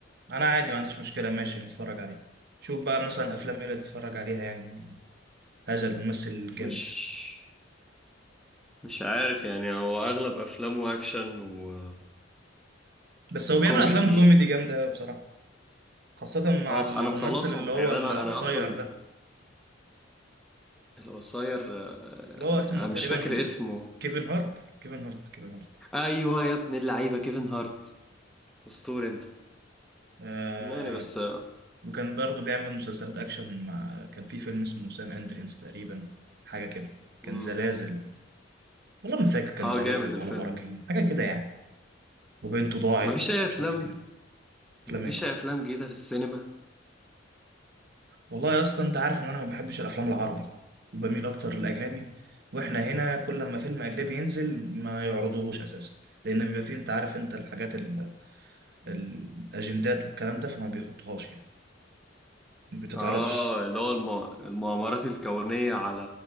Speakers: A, on the right (about 55°); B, in the centre.
A: انا عادي ما عنديش مشكله ماشي نتفرج عليه شوف بقى مثلا افلام ايه اللي تتفرج عليها يعني هذا الممثل جامد
B: مش مش عارف يعني هو اغلب افلامه اكشن و...
A: بس
B: وكوميدي
A: هو بيعمل افلام كوميدي جامده قوي بصراحه خاصه مع
B: اه
A: الممثل
B: بس انا مخلصهم
A: اللي هو
B: يعني
A: القصير
B: انا انا اصلا
A: ده
B: القصير
A: اللي هو اسمه
B: انا مش
A: تقريبا
B: فاكر اسمه
A: كيفن هارت كيفن هارت كيفن هارت
B: ايوه يا ابن اللعيبه كيفن هارت اسطوري انت
A: آه
B: يعني بس
A: وكان برضه بيعمل مسلسلات اكشن مع كان في فيلم اسمه سان اندريانس تقريبا حاجه كده كان
B: مم.
A: زلازل والله ما فاكر كان
B: اه
A: زلازل
B: جامد الفيلم
A: ولا براكين
B: ده
A: حاجه كده يعني وبنته ضاعت
B: مفيش
A: ومش
B: اي افلام
A: عارف ايه افلام
B: مفيش
A: ايه
B: اي افلام جديده في السينما
A: والله يا اسطى انت عارف ان انا ما بحبش الافلام العربي وبميل اكتر للاجنبي واحنا هنا كل ما فيلم اجنبي ينزل ما يعرضوهوش اساسا لان بيبقى فيه انت عارف انت الحاجات ال... الاجندات والكلام ده فما بيحطهاش يعني ما بتتعرضش
B: اه اللي هو الم... المؤامرات الكونيه على